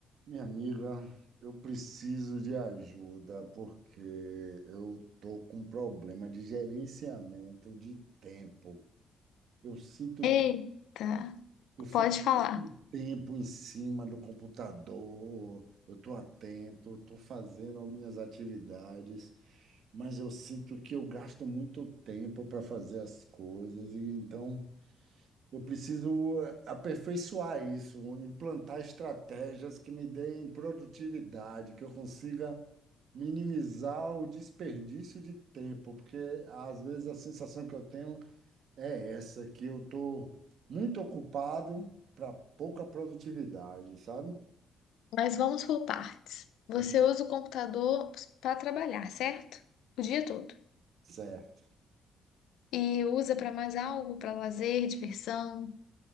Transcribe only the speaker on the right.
Minha amiga, eu preciso de ajuda porque eu tô com um problema de gerenciamento de tempo. Eu sinto
que eu fico
muito tempo em cima do computador, eu tô atento, eu tô fazendo as minhas atividades, mas eu sinto que eu gasto muito tempo para fazer as coisas e então eu preciso eh, aperfeiçoar isso, implantar estratégias que me deem produtividade, que eu consiga minimizar o desperdício de tempo, porque às vezes a sensação que eu tenho é essa, que eu estou muito ocupado para pouca produtividade, sabe?
<laughs>
Certo.